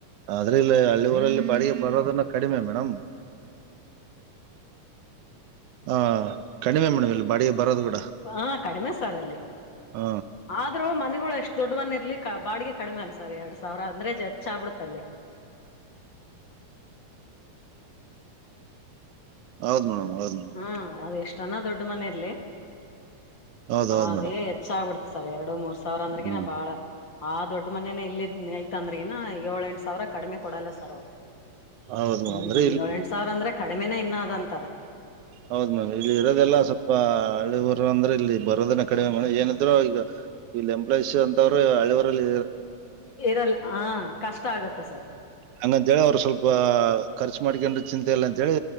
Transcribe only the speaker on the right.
ಆದ್ರ ಇಲ್ಲ ಹಳ್ಳಿ ಊರಲ್ಲಿ ಬಾಡಿಗೆ ಬರೋದನ್ನ ಕಡಿಮೆ ಮೇಡಮ್. ಹ ಕಡಿಮೆ ಮೇಡಮ್ ಇಲ್ಲಿ ಬಾಡಿಗೆ ಬರೋದು ಬ.
ಹ
ಹೌದ್ ಮೇಡಮ್. ಹೌದ್ ಮೇಡಮ್
ಹೌದ್ ಹೌದ್
ಮೇಡಮ್
ಹ್ಮ್
ಹೌದ್ ಮೇಡಮ್
ಅಂದ್ರೆ ಇಲ್ಲಿ
ಹೌದ್ ಮ್ಯಾಮ್ ಇಲ್ಲಿ ಇರೋದೆಲ್ಲ ಸ್ವಲ್ಪ ಹಳ್ಳಿ ಊರು ಅಂದ್ರೆ ಇಲ್ಲಿ ಬರೋದನ. ಕಡಿಮೆ ಮಾಡ ಏನಾದ್ರು ಈಗ ಇಲ್ಲಿ ಎಂಪ್ಲಾಯ್ಸ್ ಅಂತವ್ರಹಳ್ಳಿವರಲ್ಲಿ.
ಹಂಗಂತ ಹೇಳಿ ಅವರು ಸ್ವಲ್ಪ ಖರ್ಚು ಮಾಡ್ಕನ್್ರ ಚಿಂತೆ ಇಲ್ಲ ಅಂತೇಳಿ.